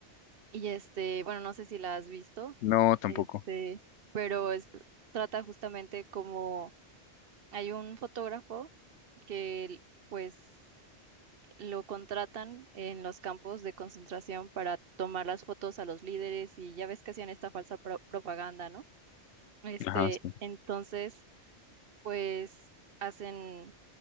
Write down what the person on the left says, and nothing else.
No, tampoco.
Ajá, sí.